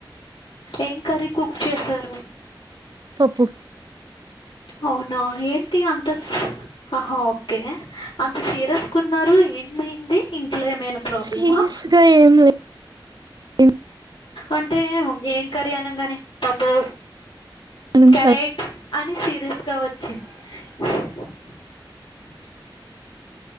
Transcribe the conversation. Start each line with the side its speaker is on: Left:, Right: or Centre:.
Left: ఏం కర్రీ కుక్ చేసారు?
Right: పోప్పు
Left: అవునా ఏంటి అంత ఆహా ఓకే అంత సీరియస్ గున్నారు ఏమమైంది ఇ ఇంట్లో ఏమైనా ప్రాబ్లమా
Right: సీరియస్ గా ఏం లేదు
Left: అంటే ఏం కర్రీ అనంగానే పప్పు
Right: మేడం
Left: కరేట్
Right: చాలా
Left: అని చే <unintelligible>